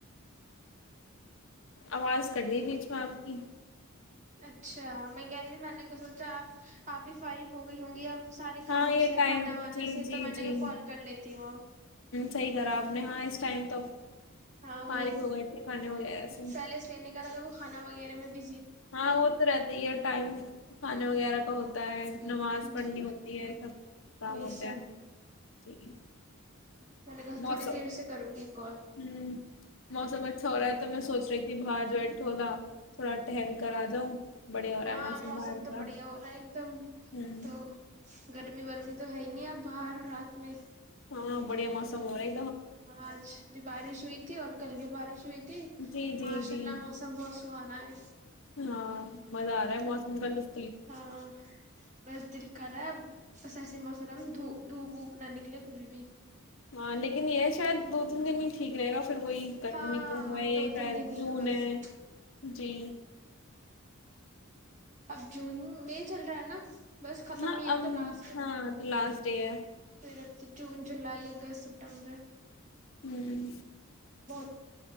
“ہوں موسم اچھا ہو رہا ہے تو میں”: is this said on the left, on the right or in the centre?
Left